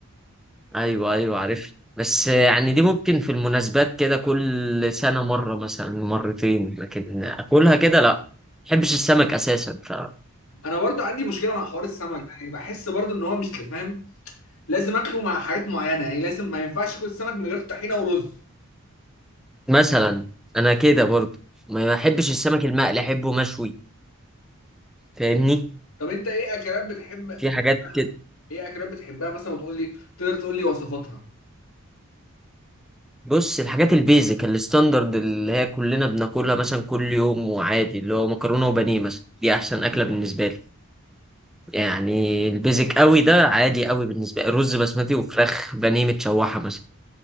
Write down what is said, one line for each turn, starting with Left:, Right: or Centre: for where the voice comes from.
Centre: ايوه ايوه عارف بس يعني دي ممكن في المناسبات كده كل سنه مره مثلا مرتين لكن اكلها كده لا ما بحبش السمك اساسا ف
Left: انا برضو عندي مشكله مع حوار السمك ده يعني بحس برضو ان هو مش فاهم لازم اكله مع حاجات معينه يعني لازم ما ينفعش اكل السمك من غير طحينه ورز
Centre: مثلا انا كده برضه ما بحبش السمك المقلي احبه مشوي فاهمني
Left: طب انت ايه اكلات بتحب,
Centre: في
Left: بتحب
Centre: حاجات كده
Left: ايه اكلات بتحبها مثلا وتقول لي تقدر تقول لي وصفاتها
Centre: بص الحاجات البيزك الستاندرد اللي هي كلنا بناكلها مثلا كل يوم وعادي اللي هو مكرونه وبانيه مثلا دي احسن اكله بالنسبه لي يعني البيزك قوي ده عادي قوي بالنسبه لي رز بسمتي وفراخ بانيه متشوحه مثلا